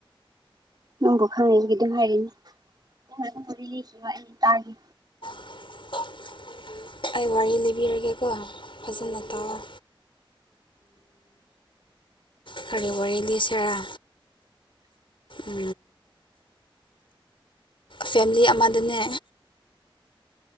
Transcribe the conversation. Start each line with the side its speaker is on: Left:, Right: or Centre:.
Right: ꯅꯪꯕꯨ ꯈꯪꯅꯒꯤ ꯑꯗꯨꯝ ꯍꯥꯏꯔꯤꯅꯤ ꯑꯩ ꯇꯒꯦ
Left: <unintelligible> ꯑꯩ ꯋꯥꯔꯤ ꯂꯤꯕꯤꯔꯒꯦ ꯀꯣ ꯐꯖꯅ ꯇꯥꯎꯋꯦ ꯐꯔꯕꯔꯤꯗꯤ ꯁꯔ ꯎ ꯐꯦꯃꯤꯂꯤ ꯑꯃꯗꯅꯦ